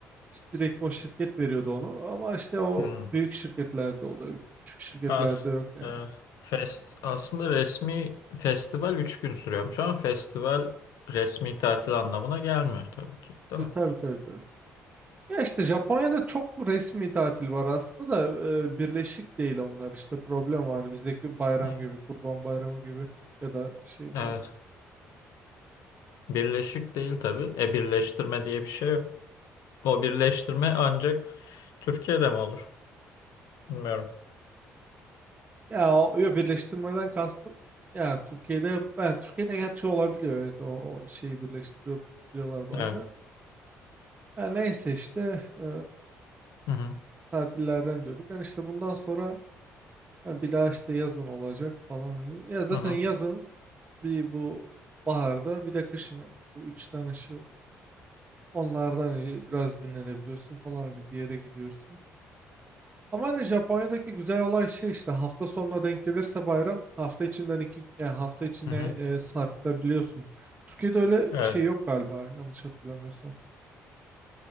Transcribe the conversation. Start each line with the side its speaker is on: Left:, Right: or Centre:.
Right: İşte direkt o şirket veriyordu onu ama işte o
Left: Hmm.
Right: büyük şirketlerde oluyor. Küçük şirketlerde
Left: As
Right: yok yani.
Left: evet. Fest aslında resmi festival 3 gün sürüyormuş ama festival resmi tatil anlamına gelmiyor tabii ki, değil
Right: E,
Left: mi?
Right: tabii tabii tabii. Ya işte Japonya'da çok resmi tatil var aslında da e, birleşik değil onlar işte problem o hani bizdeki bayram
Left: Hmm.
Right: gibi Kurban Bayramı gibi ya da şey
Left: Evet.
Right: bayramı.
Left: Birleşik değil tabii. E birleştirme diye bir şey yok. O birleştirme ancak Türkiye'de mi olur? Bilmiyorum.
Right: Ya o yo, birleştirmeden kastım. Ya Türkiye'de ben Türkiye'de gerçi olabiliyor evet o, o şeyi birleştiriyor biliyorlar bazen.
Left: Evet.
Right: Ya neyse işte e,
Left: Hı hı.
Right: tatillerden diyorduk. Yani işte bundan sonra Ha, bir daha işte yazın olacak falan. hani. Ya zaten
Left: Hı hı.
Right: yazın bir bu baharda bir de kışın hani bu üç tane şey oldu. Onlardan hani biraz dinlenebiliyorsun falan hani bir yere gidiyorsun. Ama hani Japonya'daki güzel olay şey işte hafta sonuna denk gelirse bayram hafta içinden iki yani hafta içine
Left: Hı hı.
Right: e, sarkıtabiliyorsun. Türkiye'de öyle
Left: Evet.
Right: bir şey yok galiba yanlış hatırlamıyorsam.